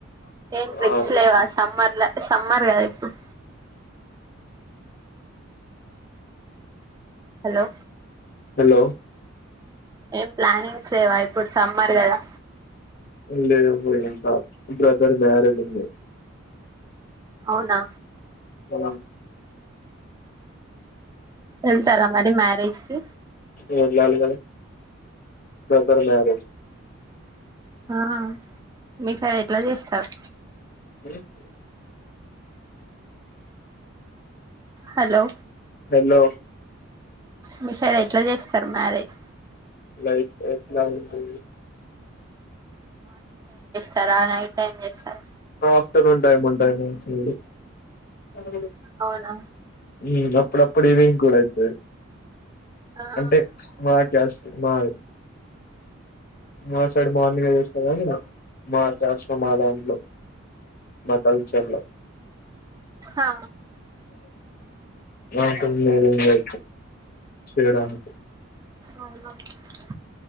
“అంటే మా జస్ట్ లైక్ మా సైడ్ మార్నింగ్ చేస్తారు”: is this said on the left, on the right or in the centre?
Left